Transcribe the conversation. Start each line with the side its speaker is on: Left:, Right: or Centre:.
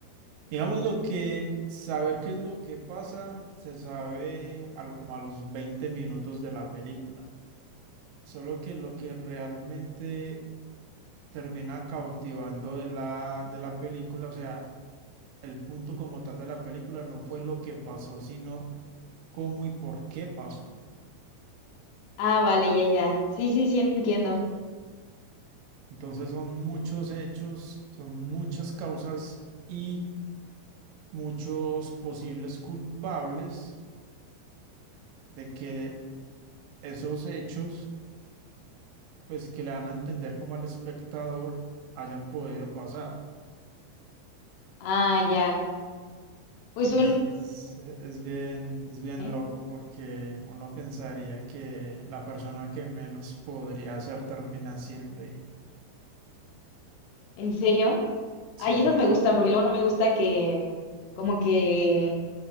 Right: digamos, lo que saber qué es lo que pasa se sabe a lo, como a los 20 minutos de la película. Solo que lo que realmente termina cautivando de la, de la película. O sea, el punto como tal de la película no fue lo que pasó, sino cómo y por qué pasó.
Left: Ah, vale, ya, ya. Sí, sí, sí, entiendo.
Right: Entonces son muchos hechos, son muchas causas y muchos posibles culpables de que esos hechos, pues que le dan a entender como al espectador, hayan podido pasar.
Left: Ah, ya. Pues
Right: Entonces,
Left: suena...
Right: e- es bien, es bien
Left: ¿eh?
Right: loco porque uno pensaría que la persona que menos podría hacer termina siendo y
Left: ¿En serio?
Right: sí
Left: Ay, esas me gustan, porque luego no me gusta que, como que